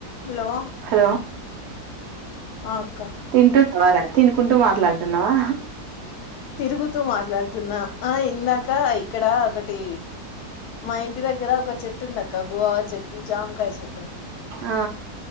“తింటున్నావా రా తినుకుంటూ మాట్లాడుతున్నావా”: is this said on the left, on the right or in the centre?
Right